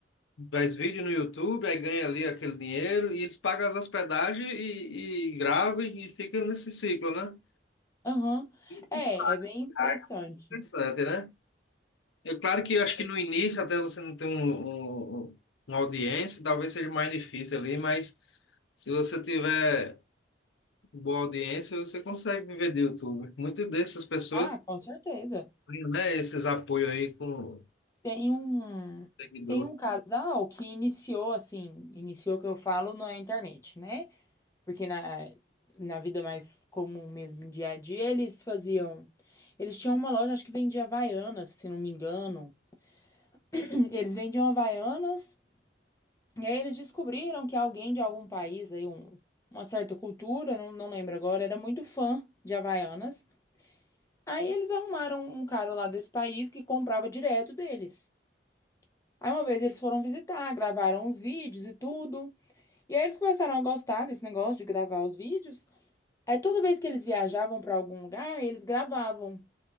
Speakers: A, on the left (about 80°); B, on the left (about 15°).
A: faz vídeo no YouTube, aí ganha ali aquele dinheiro e eles pagam as hospedagens e, e gravam e fica nesse ciclo, né?
B: Aham.
A: Isso
B: É, é bem
A: é
B: interessante.
A: interessante, né? É claro que eu acho que no início, até você não ter um, um- um, uma audiência, talvez seja mais difícil ali, mas se você tiver boa audiência, você consegue viver do YouTube. Muitas dessas pessoas
B: Ah, com certeza.
A: têm, né, esses apoios aí com
B: Tem um,
A: seguidor.
B: tem um casal que iniciou assim, iniciou o que eu falo na internet, né? Porque na, na vida mais comum mesmo, dia a dia, eles faziam. Eles tinham uma loja, acho que vendia Havaianas, se não me engano. <clears throat> Eles vendiam Havaianas, e aí eles descobriram que alguém de algum país aí, um, uma certa cultura, não, não lembro agora, era muito fã de Havaianas. Aí eles arrumaram um cara lá desse país que comprava direto deles. Aí uma vez eles foram visitar, gravaram uns vídeos e tudo. E aí eles começaram a gostar desse negócio de gravar os vídeos. Aí toda vez que eles viajavam para algum lugar, eles gravavam.